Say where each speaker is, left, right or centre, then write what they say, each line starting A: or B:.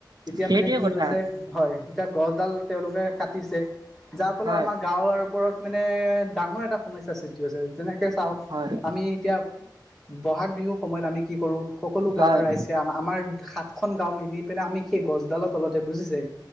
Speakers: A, in the centre; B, on the right (about 60°).
A: এতিয়া
B: সেইটোৱে
A: মানে কি
B: কথা
A: হৈছে হয় এতিয়া গছডাল তেওঁলোকে কাটিছে। যাৰ ফলত
B: হয়
A: আমাৰ গাঁৱৰ ওপৰত মানে ডাঙৰ এটা সমস্যাৰ সৃষ্টি হৈছে। যেনেকে চাওক
B: হয় হয়
A: আমি এতিয়া বহাগ বিহুৰ সময়ত আমি কি কৰো সকলো
B: হয়
A: গাঁওৰ ৰাইজে আমাৰ সাতখন গাও মিলি পেলাই আমি সেই গছডালৰ তলতে বুজিছে